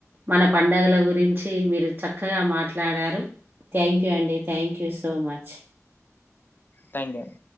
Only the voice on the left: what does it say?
thank you అండి